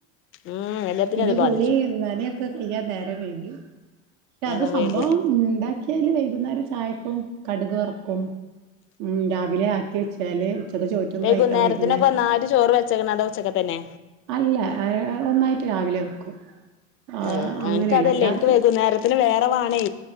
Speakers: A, on the left; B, on the right.
A: ഉം എല്ലാത്തിനും
B: പിന്നെ
A: അത്
B: ഗോളി
A: ബാധിച്ചു
B: എന്താനേക്കൊ അയ്യ നേരം വൈകി പക്ഷെ
A: നേരം
B: അത് സംഭവം
A: വൈകും
B: ഉണ്ടാക്കിയാല് വൈകുന്നേരം ചായക്കും കടക് വറക്കും ഉം രാവിലെ ആക്കി വെച്ചാല് ഉച്ചക്ക് ചോറ്റും
A: വൈകുന്നേരത്തിനൊക്കെ
B: കഴിക്കാൻ വൈകുന്നേരം
A: ഒന്നാടി ചോറ് വെയ്ച്ചേക്കണം അട ഉച്ചക്കത്തന്നെ
B: അല്ല ഏ ഒന്നായിട്ട് രാവിലെ വെക്കും ആഹ്
A: ഏ ഞാൻക്ക്
B: അങ്ങനെയാണ്
A: അതല്ലേ
B: അല്ലാതെ
A: എനിക്ക് വൈകുന്നേരത്തിന് വേറെ വാണേ